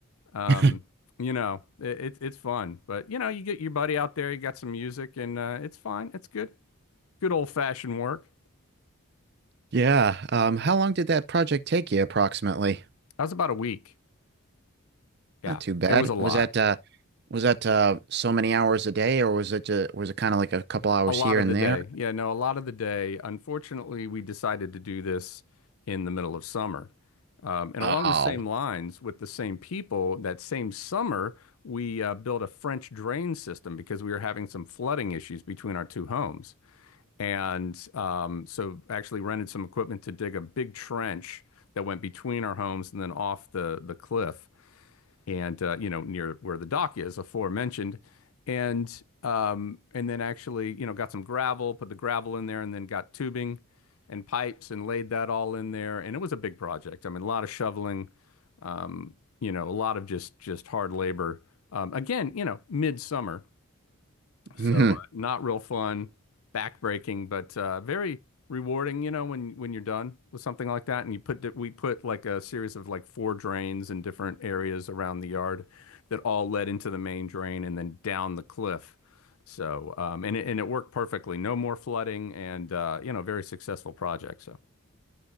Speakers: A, on the left (about 80°); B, on the right (about 50°).
A: Um,
B: <laughs>
A: you know, it, it it's fun. But you know, you get your buddy out there. You got some music, and uh, it's fine. It's good. Good old fashioned work.
B: Yeah. Um, how long did that project take you approximately?
A: That was about a week. Yeah.
B: Not too bad.
A: It was a lot.
B: Was that uh was that uh so many hours a day or was it ju- was it kind of like a couple hours
A: A lot
B: here
A: of
B: and
A: the day.
B: there?
A: Yeah, no, a lot of the day. Unfortunately, we decided to do this in the middle of summer. Um, and
B: Oh.
A: along the same lines, with the same people, that same summer, we uh, built a French drain system because we were having some flooding issues between our two homes. And um, so actually rented some equipment to dig a big trench that went between our homes and then off the, the cliff and uh, you know near where the dock is aforementioned and um, and then actually you know got some gravel put the gravel in there and then got tubing and pipes and laid that all in there and it was a big project i mean a lot of shoveling um, you know a lot of just just hard labor um, again you know midsummer so
B: hmm
A: uh, not real fun, backbreaking, but uh, very rewarding. You know, when when you're done with something like that, and you put di- we put like a series of like four drains in different areas around the yard that all led into the main drain and then down the cliff. So um, and it, and it worked perfectly. No more flooding, and uh, you know, very successful project. So.